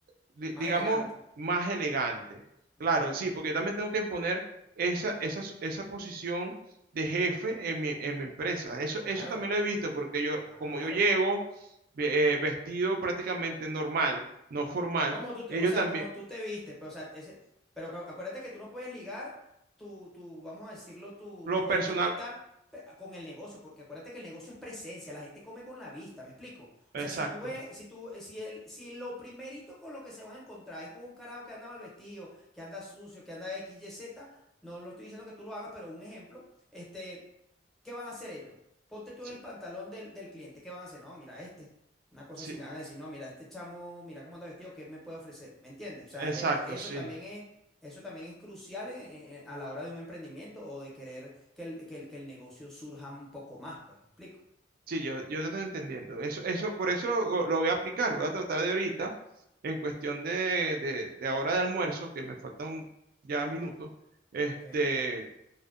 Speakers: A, on the right; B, in the centre.
A: di-
B: Más
A: digamos,
B: elegante.
A: más elegante. Claro,
B: Ujú,
A: sí, porque también tengo que imponer esa, esa, esa posición de jefe en mi, en mi empresa. Eso,
B: Claro,
A: eso también lo he visto porque yo,
B: claro.
A: como yo llego ve- eh, vestido prácticamente normal, no formal,
B: Como tú te,
A: ellos
B: o sea,
A: también,
B: como tú te viste, pero, o sea, ese, pero acu- acuérdate que tú no puedes ligar tu, tu, vamos a decirlo, tu,
A: lo
B: tu
A: personal,
B: vestimenta pe- con el negocio, porque acuérdate que el negocio es presencia, la gente come con la vista, ¿me explico?
A: exacto,
B: O sea, si tú ves, si tú, eh, si el, si lo primerito con lo que se van a encontrar es con un carajo que anda mal vestido, que anda sucio, que anda X, Y, Z, no lo estoy diciendo que tú lo hagas, pero un ejemplo, este, ¿Qué van a hacer ellos? Ponte tú
A: sí,
B: en el pantalón del, del cliente. ¿Qué van a hacer? No, mira, este. Una cosa
A: sí,
B: así, me van a decir, no, mira, este chamo, mira cómo anda vestido, ¿qué me puede ofrecer? ¿Me entiendes? O sea,
A: exacto,
B: eh, eso
A: sí.
B: también es, eso también es crucial eh, eh, a la hora de un emprendimiento o de querer que el, que el, que el negocio surja un poco más, pues, ¿me explico?
A: Sí, yo, yo te estoy entendiendo. Eso, eso, por eso lo, lo voy a aplicar, voy a tratar de ahorita, en cuestión de, de, de ahora de almuerzo, que me faltan ya minutos, este,
B: Ok,